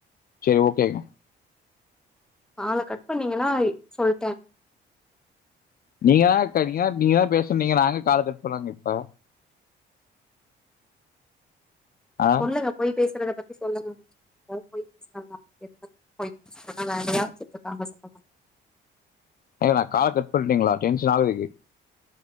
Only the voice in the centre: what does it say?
கால கட் பண்ணீங்கனா ஐ சொல்ட்ட
சொல்லுங்க பொய் பேசுறத பத்தி சொல்லுங்க பொய் பேசுறாங்க எல்லாரு பொய் பேசுறத வேலையா வச்சுட்டுருக்காங்க சொல்லுங்க